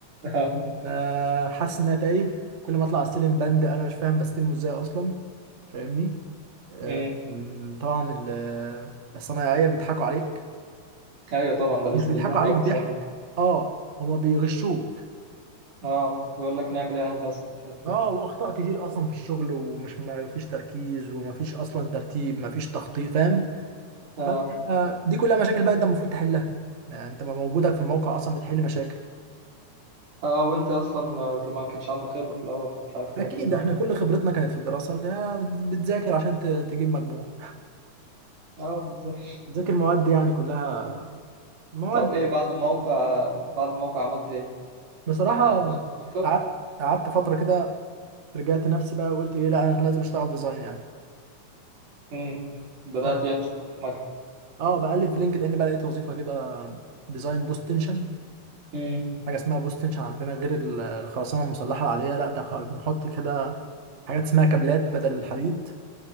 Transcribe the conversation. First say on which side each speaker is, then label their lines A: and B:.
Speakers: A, on the right; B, on the right.
A: اه
B: ما حاسس إن أنا تايه كل ما أطلع أستلم بند أنا مش فاهم بستلمه إزاي أصلا فاهمني آه،
A: امم
B: أم، طبعا ال- الصنايعية بيضحكوا عليك
A: ايوه طبعا ده بيستلموك
B: مش بيضحكوا عليك
A: اول
B: ضحك
A: شهر
B: اه هما بيغشوك
A: اه بيقول لك نعمل ايه يا هندسه مش عارف
B: اه
A: ايه
B: واخطاء كتير اصلا في الشغل ومش ما فيش تركيز وما فيش اصلا ترتيب ما فيش تخطيط فاهم
A: اه
B: فانت دي كلها مشاكل بقى انت المفروض تحلها يعني انت بقى موجودك في الموقع اصلا بتحل مشاكل
A: اه وانت اصلا آه، ما كانش عندك خبرة في الاول مش عارف تعمل
B: اكيد
A: ايه بالظبط
B: احنا كل خبرتنا كانت في الدراسه اللي هي بت- بتذاكر عشان ت- تجيب مجموع
A: اه بالظبط
B: بتذاكر مواد يعني كلها مواد
A: طب ايه بعد الموقع بعد الموقع عملت ايه؟
B: بصراحه
A: يعني اشتغلت في مكتب؟
B: قعدت قعدت فتره كده رجعت نفسي بقى وقلت ايه لا انا لازم اشتغل ديزاين يعني
A: امم بدأت
B: ف
A: يعني اشتغلت في مكتب
B: اه بقلب في لينكد ان بقى لقيت وظيفه كده ديزاين بوست تنشن
A: امم
B: حاجه اسمها بوست تنشن عندنا غير ال- الخرسانه المسلحه العاديه لا ده خ- بنحط كده حاجات اسمها كابلات بدل الحديد